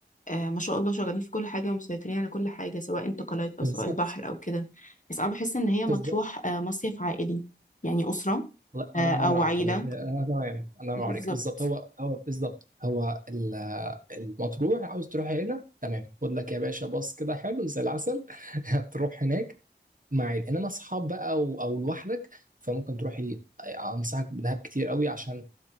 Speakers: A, on the left (about 45°); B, on the right (about 45°).
A: آه ما شاء الله شغالين في كل حاجة ومسيطرين على كل حاجة سواء انتقالات أو
B: بالظبط
A: سواء البحر أو كده بس أنا بحس إن هي مطروح
B: بالظبط
A: آه مصيف عائلي يعني أسرة
B: الله
A: آه
B: الله
A: أو
B: ينور على
A: عيلة
B: حضرتك آه، انا تمام الله
A: بالظبط
B: ينور عليك بالظبط هو هو بالظبط هو ال- المطروح عاوز تروح هنا تمام خد لك يا باشا باص كده حلو زي العسل <laughs> تروح هناك مع عيل انما اصحاب بقى او او لوحدك فممكن تروح ي- انصحك بدهب كتير قوي عشان